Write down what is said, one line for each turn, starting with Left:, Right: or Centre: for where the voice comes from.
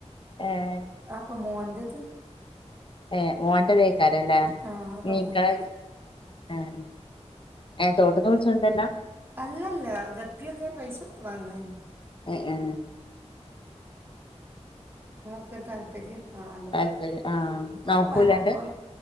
Left: ഏഹ്
Right: ആക്ക മോന്റത്
Left: ഏ മോന്റ് ഇതെക്കാരംല്ലേ
Right: ആഹ് അതൊക്കെ
Left: മീക്കള
Right: മോൻ്റത്
Left: ആ എ തോട്ട്ന്ന് പിടിച്ചോണ്ട് വെരലാ
Right: അല്ലല്ല ഗപ്പിയൊക്കെ പൈസ കൊടുത്ത് വാങ്ങണെതന്നെയാ
Left: എ ഏ
Right: ഒക്കെ ഒരു താല്പര്യം ആണല്ലോ
Left: താല്പര്യം ആഹ്
Right: അപ്പൊക്കെ
Left: നോക്കൂലാണ്ട്
Right: ഓൻ ഒ ഓൽ